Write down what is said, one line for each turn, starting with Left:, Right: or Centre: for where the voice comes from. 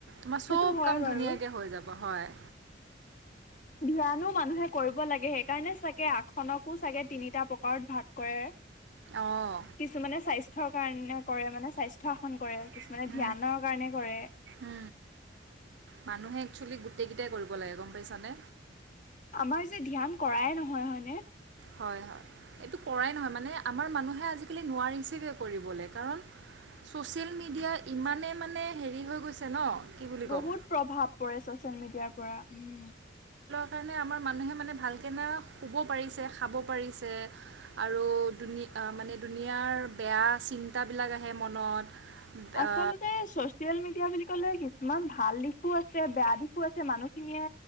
Right: তোমাৰ
Left: সেইটো
Right: চব
Left: হয়
Right: কাম
Left: বাৰু
Right: ধুনীয়াকে হৈ যাব হয়।
Left: ধ্যনো মানুহে কৰিব লাগে সেইকাৰণে চাগে আসখনকো চাগে তিনিটা প্ৰকাৰত ভাগ কৰে।
Right: অঁ
Left: কিছুমানে স্বাস্থ্য স্বাস্থ্য কাৰণে কৰে মানে স্বাস্থ্য আসন কৰে
Right: <unintelligible>
Left: কিছুমানে ধ্যানৰ কাৰণে কৰে
Right: উ মানুহে একছোৱলী গোটেই কেইটাই কৰিব লাগে গম পাইছানে?
Left: আমাৰ যে ধ্যান কৰাই নহয় হয়নে
Right: হয় হয় এইটো কৰাই নহয় মানে আমাৰ হয় এইটো মানুহে আজিকালি নোৱাৰিছেগৈ কৰিবলৈ কাৰণ ছ'চিয়েল মিডিয়া ইমানেই মানে হেৰি হৈ গৈছে ন কি বুলি
Left: বহুত
Right: ক'ম
Left: প্ৰভাৱ পৰে ছচিয়েল মিডিয়াৰ পৰা উম
Right: সেইকাৰণে আমাৰ মানুহে মানে ভালকৈনে শুব পাৰিছে খাব পাৰিছে আৰু মানে দুুনীয়াৰ বেয়া চিন্তাবিলাক আহে মনত
Left: আচলতে
Right: আ,
Left: চচিয়েল মিডয়া বুলি ক'লে কি কিছুমান ভাল দিশো আছে বেয়া দিশো আছে মানুহখিনিয়ে